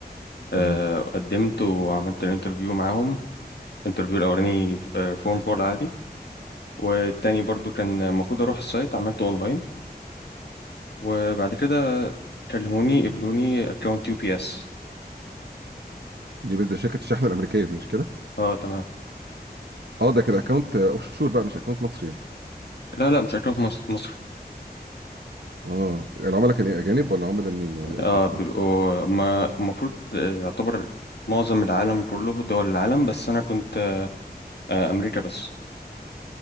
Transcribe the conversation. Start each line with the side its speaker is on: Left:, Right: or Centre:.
Right: تمام
Left: آه، قدمت وعملت الانترفيو معاهم الانترفيو الاولاني آه، فون كول عادي والتاني برضو كان المفروض اروح السايت عملته اونلاين وبعد كده كلموني قبلوني اكونت يو بي اس
Right: دي بس ده شركه الشحن الامريكيه دي مش كده
Left: اه تمام
Right: اه ده كده اكونت اوف شور بقى مش اكونت مصري يعني
Left: لا لا مش اكونت مصر
Right: اه العملاء كان ايه اجانب ولا عملاء منين ولا
Left: اه
Right: ايه ظروفهم
Left: بيبقوا ما المفروض يعتبر معظم العالم كله دول العالم بس انا كنت آه، امريكا بس